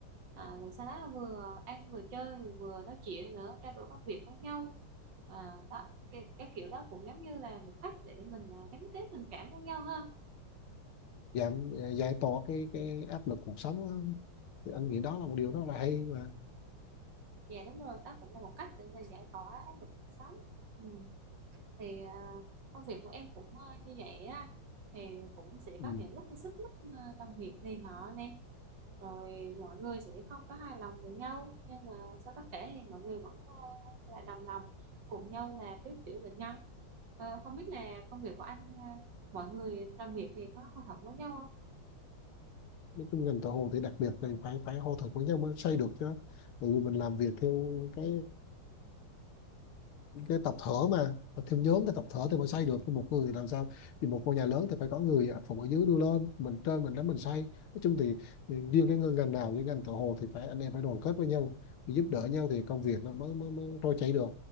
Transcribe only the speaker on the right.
à, rồi sau đó vừa ăn vừa chơi vừa nói chuyện nữa trao đổi công việc với nhau à, đó, cái, cái kiểu đó cũng giống như là một cách để mình à, gắn kết tình cảm với nhau hơn,
dạ đúng rồi đó cũng là một cách để mình giải tỏa áp lực cuộc sống ừ. thì à, công việc của em cũng à, như vậy á thì cũng sẽ
có những lúc xích mích à, đồng nghiệp này nọ nè rồi mọi người sẽ không có hài lòng với nhau nhưng mà sau tất cả thì mọi người vẫn à, lại đồng lòng cùng nhau là cứu chữa bệnh nhân Ờ, không biết là công việc của anh à, mọi người đồng nghiệp thì có hòa thuận với nhau không